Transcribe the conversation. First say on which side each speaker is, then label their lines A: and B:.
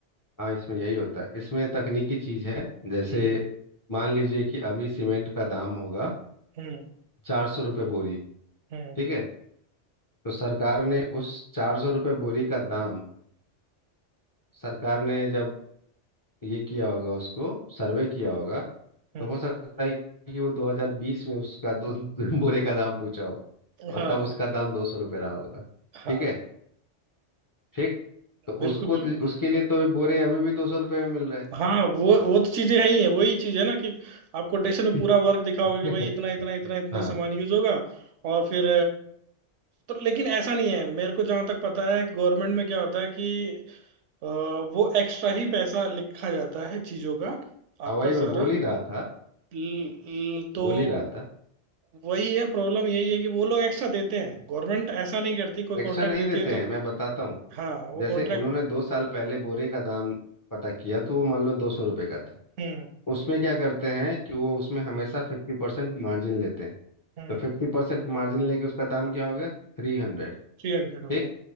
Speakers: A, on the left; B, on the right.
A: हाँ इसमें यही होता है इसमें तकनीकी चीज है जैसे
B: हम्म
A: मान लीजिए कि अभी सीमेंट का दाम होगा
B: हम्म
A: चार सौ रुपये बोरी
B: हम्म
A: ठीक है तो सरकार ने उस चार सौ रुपये बोरी का दाम सरकार ने जब ये किया होगा उसको सर्वे किया होगा
B: हम्म
A: तो हो सकता है कि वो 2020 में उसका दो <laughs> बोरे का दाम पूछा हो और
B: हाँ
A: तब उसका दाम दो सौ रुपये रहा होगा
B: हाँ
A: ठीक है ठीक तो
B: बिल्कुल
A: उसको
B: बिल्कुल
A: उसके लिए तो बोरे अभी भी दो सौ रुपये में मिल रहा है
B: हाँ वो वो तो चीजें हैं ही है वही चीज है ना कि आप कोटेशन
A: <laughs>
B: में पूरा वर्क दिखाओगे
A: ठीक
B: कि भाई
A: है।
B: इतना इतना इतना इतना
A: हाँ
B: सामान यूज होगा और फिर तो लेकिन ऐसा नहीं है मेरे को जहां तक पता है गवर्नमेंट में क्या होता है कि अ, वो एक्स्ट्रा ही पैसा लिखा जाता है चीजों का
A: हाँ
B: आपका
A: वही मैं
B: सारा
A: बोल ही रहा था
B: ल- ल- तो
A: बोल ही रहा था
B: वही है प्रॉब्लम यही है कि वो लोग एक्स्ट्रा देते हैं गवर्नमेंट ऐसा नहीं करती कोई
A: एक्स्ट्रा
B: कॉन्ट्रैक्ट
A: नहीं
B: देती
A: देते
B: है तो
A: हैं मैं बताता हूँ
B: हाँ वो
A: जैसे
B: कॉन्ट्रैक्ट
A: उन्होंने दो साल पहले बोरे का दाम पता किया तो वो मान लो दो सौ रुपये का था
B: हम्म
A: उसमें क्या करते हैं कि वो उसमें हमेशा फिफ्टी परसेंट मार्जिन लेते हैं
B: हम्म
A: तो फिफ्टी परसेंट मार्जिन लेके उसका दाम क्या हो गया थ्री हंड्रेड
B: थ्री हंड्रेड हो
A: ठीक
B: गया